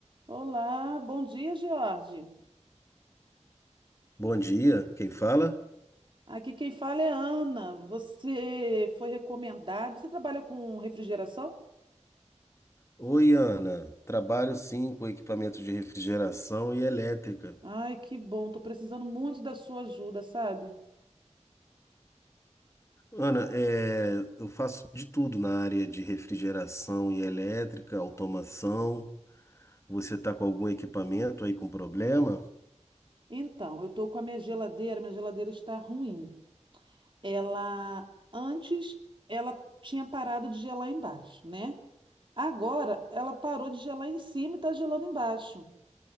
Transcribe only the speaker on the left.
Bom dia, quem fala?
Oi, Ana. Trabalho sim com equipamentos de refrigeração e elétrica.
Ana, é, eu faço de tudo na área de refrigeração e elétrica, automação. Você está com algum equipamento aí com problema?